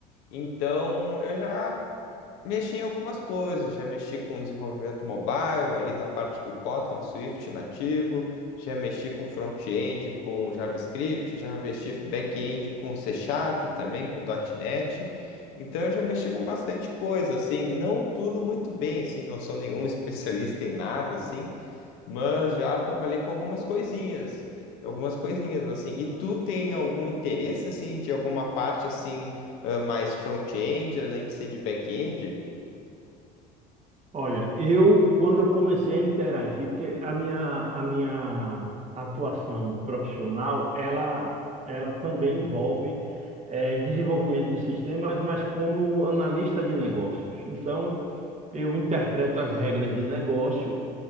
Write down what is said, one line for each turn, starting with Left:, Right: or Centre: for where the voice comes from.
Left: então eu já mexi em algumas coisas. Já mexi com desenvolvimento mobile, ali na parte do Kotlin, Swift nativo, já mexi com front-end com JavaScript, já mexi back-end com C Sharp também, com .NET. Então eu já mexi com bastante coisa, assim, não tudo muito bem, assim, não sou nenhum <laughs> especialista em nada, assim mas já trabalhei com algumas coisinhas, algumas coisinhas assim. E tu tem algum interesse assim de alguma parte assim ah, mais front-end, além de ser de back-end?
Right: Olha, eu quando eu comecei a interagir, porque a minha a minha atuação profissional, ela ela também envolve eh, desenvolvimento de sistemas, mas como analista de negócios. Então, eu interpreto as regras de negócio